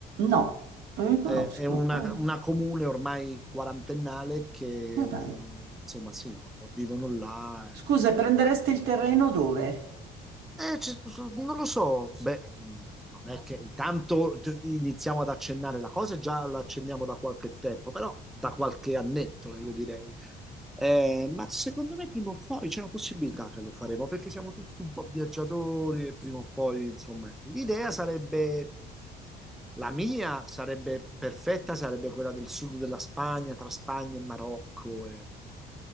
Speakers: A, on the right; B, in the centre.
A: No, non li conosco.
B: Eh, è una,
A: Ah,
B: una comune ormai quarantennale che,
A: ma dai.
B: insomma, sì, vivono là.
A: Scusa,
B: eh.
A: prenderesti il terreno dove?
B: Eh, ci- su- non lo so, beh, mh, non è che intanto t- iniziamo ad accennare la cosa, già la accenniamo da qualche tempo, però da qualche annetto, io direi. Eh, ma secondo me prima o poi c'è una possibilità che lo faremo, perché siamo tutti un po' viaggiatori e prima o poi, insomma, l'idea sarebbe, la mia sarebbe perfetta, sarebbe quella del sud della Spagna, tra Spagna e Marocco. e-